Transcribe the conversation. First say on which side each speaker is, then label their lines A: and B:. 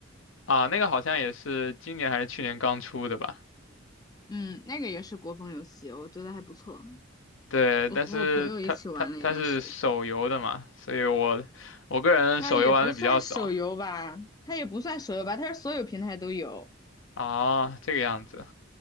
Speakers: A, on the left; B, on the left.
A: 啊。那个好像也是今年还是去年刚出的吧。
B: 嗯，那个也是国风游戏，我觉得还不错。
A: 对，
B: 我和我朋友一起玩了一段时间。
A: 但是它它它是手游的嘛，所以我我个人手游玩的比较少
B: 它也不算手游吧，它也不算手游吧，它是所有平台都有。
A: 啊，这个样子